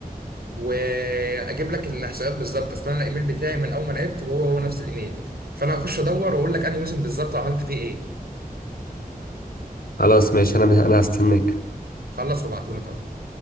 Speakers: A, on the right; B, on the left.
A: واجيب لك الاحصائيات بالظبط اصل انا الايميل بتاعي من اول ما لعبت وهو هو نفس الايميل فانا هخش ادور واقول لك انهي موسم بالظبط وعملت فيه ايه
B: خلاص ماشي انا انا هستناك
A: خلص وابعته لك اهو.